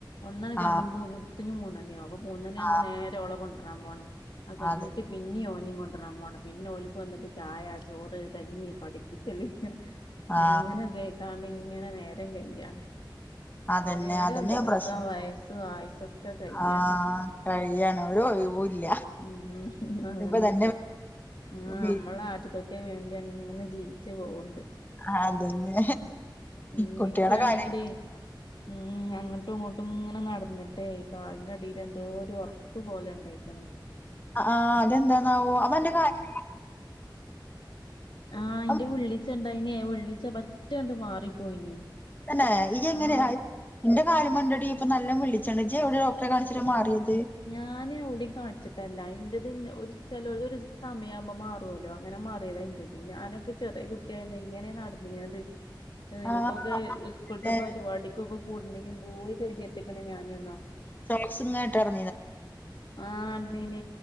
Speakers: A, on the left (about 70°); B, on the left (about 20°).
A: ഒന്നണി കണ്ടുമ്പോ
B: ആ
A: മുത്തിു മൂന്നണ്ണി ആകും അപ്പ മൂന്നണ്ണ ആാവുമ്പോൾ
B: ആ
A: നേരെ ഓള കൊണ്ടുവരാൻ പോകണം ആ കഴിഞ്ഞിട്ട്
B: അതന്നെ
A: പിന്നെയ ഓന കൊ ടൻ പോണം പിന്നെ ഒലക്ക് വന്നിട്ട് ചായ ചോറ് കഞ്ഞി പഠിപ്പിച്ചല്
B: ആ
A: അങ്ങനെ കേക്കാണ്ട് ഇങ്ങനെ നേരം കഴാണ്
B: അതന്നെ
A: വേരോ
B: അതന്നെ
A: ദിവസം
B: പ്രശ്നം
A: വയസ്സും ആയുസൊക്കെ കയ്യാണ്
B: ആ കഴിയാണ് ഒരു ഒഴിവുല്ല
A: ഉ അതന്നെ
B: ഇപ്പൊ തന്നെ
A: ആ
B: പി
A: നമ്മള ആറ്റക്കൊക്കെ വേണ്ടി അങ്ങനെ ജീവിച്ച്ു പോകണ്ട്
B: ആ അതന്നെ
A: ഉ
B: കുട്ടികളെ
A: എനിക്കാണെങ്കിൽ
B: കാര്യങ്ങൾ
A: ഉ അങ്ങട്ട് ഇട്ടും ഇങ്ങോട്ടും ഇങ്ങനെ നടന്നിട്ടേ കാലിന്റെ അടിൽ എന്തോ ഒരു ഉറപ്പ് പോലെ ഇണ്ടായിക്കണ
B: ആ് അതെന്താന്നാവോ അവ എന്റെ കാര്യ
A: ആ അയിന്റെ
B: അപ്പം
A: വിള്ളിച്ചുണ്ടായിന് വി വിളിച്ച പറ്റാണ്ട് മാറിപ്പോയിനി
B: അന്ന ഇ എങ്ങനെ
A: ആഹ്
B: എന്റെ കാല മണ്ടടി ഇപ്പോ നല്ല വിളിച്ചാണ്ജ എവിടെ ഡോക്ടറെ കാണിച്ചി് മാറിയത്
A: ഞൻ എവിട കാണിച്ചിട്ടല്ല അതിന്റെ തന്നെ ഒരു ചിലോത്രു സമയമാവുമ്പോ മാറുവല്ലോ അങ്ങനെ മാറിയത് അതിന്റത് ഞാനൊക്കെ ചെറിയ കു ഇങ്ങനെയ നടന്നീനത് നിനിക്കൊക്കെ
B: ആ
A: സ്കൂളത്തെ
B: പിന്നെ
A: പരിപാടിക്കൊക്കെ കൂടണെങ്കിൽ എ ദൂരെ കെരുതിയെത്തിക്കണ ഞാൻ എന്നാ
B: സ്റ്റോട്ടറ
A: ആഹ അടനീന